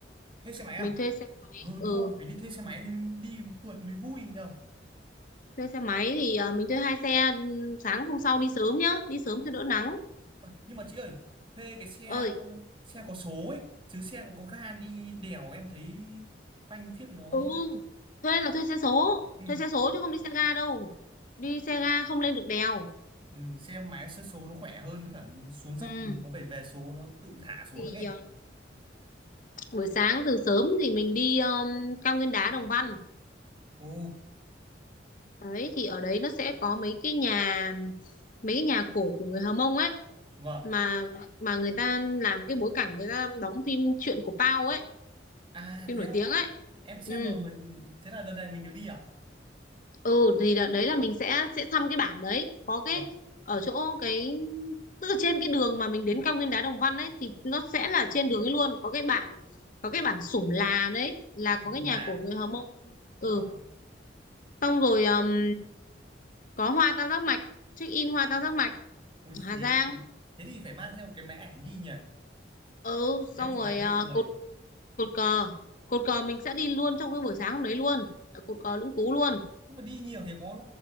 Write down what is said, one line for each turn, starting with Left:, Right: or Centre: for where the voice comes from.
Right: thuê xe máy à
Left: mình thuê xe máy
Right: ừ
Left: ừ
Right: đúng rồi phải đi thuê xe máy nên đi phượt mới vui nhờ
Left: thuê xe máy thì à, mình thuê hai xe ừ, sáng hôm sau đi sớm nhá đi sớm cho đỡ nắng
Right: Ờ, nhưng mà chị ơi thuê cái xe
Left: ơi
Right: xe có số ấy chứ xe có có ga đi đèo em thấy phanh phiếc nó
Left: ừ thuê là thuê xe số
Right: ừ,
Left: thuê xe số chứ không đi xe ga đâu đi xe ga không lên được đèo
Right: ừ, xe máy số, số nó khỏe hơn cả xuống dốc
Left: ừ
Right: thì mình cũng phải về số nó tự thả xuống
Left: thì
Right: được ấy
Left: à, buổi sáng từ sớm thì mình đi um, cao nguyên đá Đồng Văn
Right: ồ
Left: đấy thì ở đấy nó sẽ có mấy cái nhà mấy cái nhà cổ của người Hờ Mông ấy
Right: vâng
Left: mà mà người ta làm cái bối cảnh người ta đóng phim Chuyện của Pao ấy
Right: à
Left: phim
Right: thế
Left: nổi
Right: à
Left: tiếng ấy
Right: em xem
Left: ừ
Right: rồi mình thế là đợt này mình được đi à
Left: ừ thì đợt đấy là mình sẽ sẽ thăm cái bản đấy có cái
Right: vâng
Left: ở chỗ cái tức là trên cái đường mà mình đến cao nguyên đá Đồng Văn ấy thì nó sẽ là trên đường ấy luôn có cái bản có cái bản Sủng Là đấy là có
Right: nói
Left: cái
Right: chung
Left: nhà
Right: là
Left: cổ người Hờ Mông ừ
Right: ờ,
Left: xong rồi ừm, có hoa tam giác mạch check in hoa tam giác mạch
Right: ui
Left: ở Hà
Right: thế
Left: Giang
Right: thì thế thì phải mang theo cái máy ảnh đi nhỉ
Left: ừ xong
Right: để em chụp
Left: rồi
Right: ảnh cho
Left: ờ,
Right: mọi người
Left: cột cột cờ cột cờ mình sẽ đi luôn trong cái buổi sáng hôm đấy luôn ở cột cờ Lũng Cú luôn
Right: nhưng mà đi nhiều thì có